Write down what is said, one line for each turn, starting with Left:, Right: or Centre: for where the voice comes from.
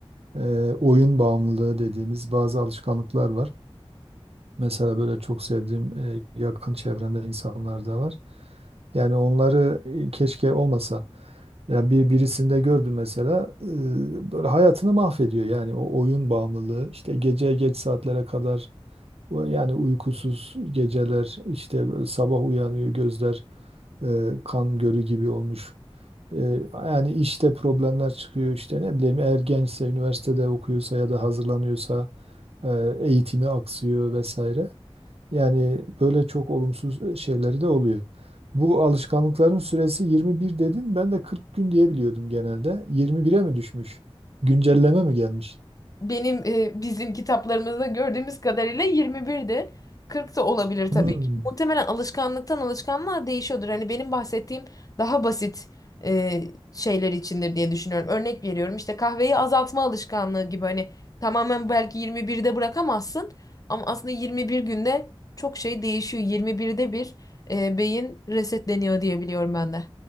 Right: e, oyun bağımlılığı dediğimiz bazı alışkanlıklar var. Mesela böyle çok sevdiğim e, yakın çevremde insanlar da var. Yani onları e, keşke olmasa. Ya bir birisinde gördüm mesela e, böyle hayatını mahvediyor yani o oyun bağımlılığı işte gece geç saatlere kadar o yani uykusuz geceler işte böyle sabah uyanıyor gözler e, kan gölü gibi olmuş. E, yani işte problemler çıkıyor işte ne bileyim eğer gençse üniversitede okuyorsa ya da hazırlanıyorsa e, eğitimi aksıyor vesaire. Yani böyle çok olumsuz e, şeyleri de oluyor. Bu alışkanlıkların süresi 21 dedin. Ben de 40 gün diye biliyordum genelde. 21'e mi düşmüş? Güncelleme mi gelmiş?
Left: Benim e, bizim kitaplarımızda gördüğümüz kadarıyla 21'di. 40 da olabilir
Right: Hmm.
Left: tabii ki. Muhtemelen alışkanlıktan alışkanlığa değişiyordur. Hani benim bahsettiğim daha basit e, şeyler içindir diye düşünüyorum. Örnek veriyorum işte kahveyi azaltma alışkanlığı gibi hani tamamen belki 21'de bırakamazsın ama aslında 21 günde çok şey değişiyor. 21'de bir e, beyin resetleniyor diye biliyorum ben de.